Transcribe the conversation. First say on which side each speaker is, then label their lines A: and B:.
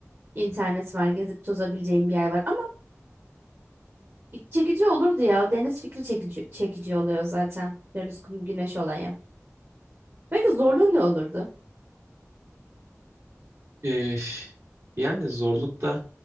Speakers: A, on the right; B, on the right.
A: internet var, gezip tozabileceğim bir yer var Çekici olurdu ya. O deniz fikri çekici, çekici oluyor zaten. Deniz, kum, güneş olayı. Peki zorluğu ne olurdu?
B: E, yani zorlukta